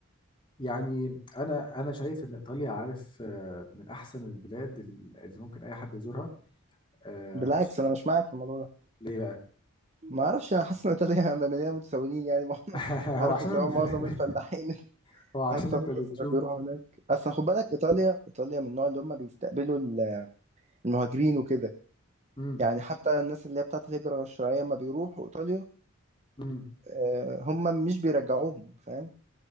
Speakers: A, on the left; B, on the right.
A: يعني انا انا شايف ان ايطاليا عارف آه من احسن البلاد اللي ممكن اي حد يزورها آه
B: بالعكس
A: خصوصا
B: انا مش معاك في الموضوع ده
A: ليه بقى
B: ما اعرفش انا حاسس ان ايطاليا مليانة متسولين يعني <laughs>
A: <laughs> هو
B: عارف
A: عشان
B: اللي هو معظم
A: <laughs>
B: الفلاحين
A: هو عشان
B: حتى
A: انت
B: في
A: بتشوف
B: مصر بيروحوا هناك اصل خد بالك ايطاليا ايطاليا من النوع اللي هم بيستقبلوا ال- المهاجرين وكده
A: مم.
B: يعني حتى الناس اللي هي بتاعت الهجرة غير الشرعية لما بيروحوا ايطاليا
A: مم.
B: آه، هم مش بيرجعوهم فاهم